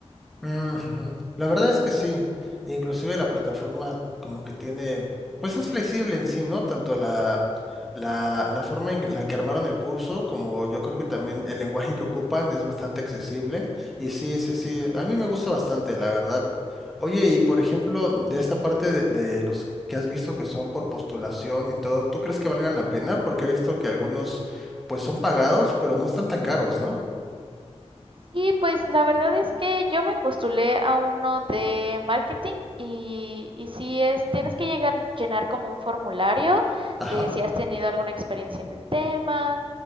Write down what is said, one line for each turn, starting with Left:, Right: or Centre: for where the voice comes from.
Centre: Ujú. La verdad es que sí. Inclusive la plataforma como que tiene, pues es flexible en sí, ¿no? Tanto la, la, la forma en la que armaron el curso como yo creo que también el lenguaje que ocupan es bastante accesible. Y sí, sí, sí, a mí me gusta bastante, la verdad. Oye, y por ejemplo, de esta parte de, de los que has visto que son por postulación y todo, ¿tú crees que valgan la pena? Porque he visto que algunos pues son pagados, pero no están tan caros, ¿no?
Right: Sí, pues la verdad es que yo me postulé a uno de marketing y, y sí es, tienes que llegar, llenar como un formulario
Centre: Ajá.
Right: de si has tenido alguna experiencia en el tema